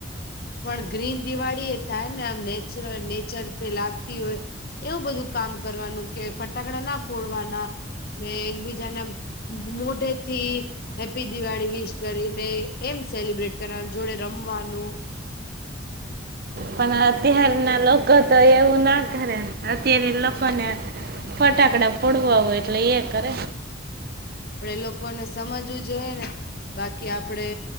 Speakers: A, on the left; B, on the right.
A: પણ ગ્રીન દિવાળી એ થાય ને આમ નેચર નેચરથી લાગતી હોય એવું બધું કામ કરવાનું કે ફટાકડા ના ફોડવાના ને એકબીજાને મોઢેથી હેપ્પી દિવાળી વિશ કરીને એમ સેલિબ્રેટ કરવાનું જોડે રમવાનું <inaudible>
B: પણ અત્યાર ના લોકો તો એવું ના કરે અત્યારે લોકોને ફટાકડા ફોડવા હોય એટલે એ કરે.
A: આપડે એ લોકોને સમજવું જોઈએ ને બાકી આપડે